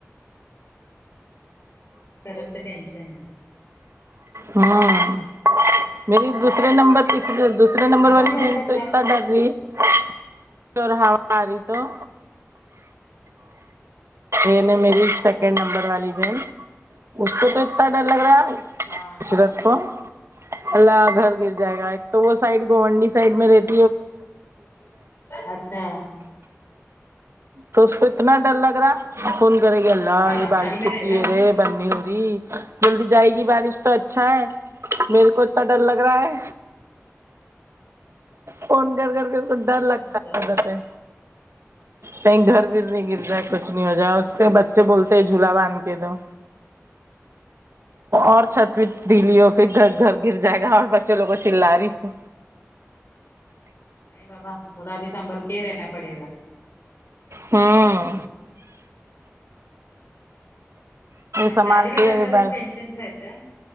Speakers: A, on the left (about 50°); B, on the right (about 60°).
A: دونوں طرف سے ٹینشن ہے
B: ہوں میری دوسرے نمبر تیسرے نمبر نمبر
A: موسم
B: والی
A: ویسا
B: بھن
A: ہے
B: تو
A: کیا
B: اتنا
A: کریں
B: درری <unintelligible> آری تو بھن ہے میری سیکنڈ نمبر والی بہن اس کو تو اتنا ڈر لگ رہا
A: ہاں
B: عشرت کو اللہ گھر گر جائے گا ایک تو وہ سائڈ گنڈی سائڈ میں رہتے
A: اچھا
B: تو اس کو اتنا ڈر لگ رہا فون کرے گی اللہ
A: ہاں
B: یہ بارش
A: چالی میں
B: کتتی
A: رہتے نا
B: ہے
A: وہ
B: رے بن نی ہو رہی جلدی جائے گی بارش تو اچھا ہے میرے کو اتنا ڈر لگ رہا ہے فون کر کر کے اسکو
A: ٹینشن
B: ڈر لگتا
A: ہو جاتا
B: ہے در پہ کہیں گھر بھیھر نہیں گر جائے کچھ نہیں ہو جائے اس کے بچے بولتے جھولا باندھ کے دو اور چھت پے دلیوں کے پھر گھر گھر گر جائے گا اور بچے لوگ کو چل رہی ہے
A: نہیں بابا تھوڑا اب سنبھل کے ہی رہنا پڑے گا
B: ہاں سامان
A: چھلی کا
B: کے
A: گھر
B: ابھی
A: کا تھوڑا
B: بس
A: ٹینشن رہتا ہے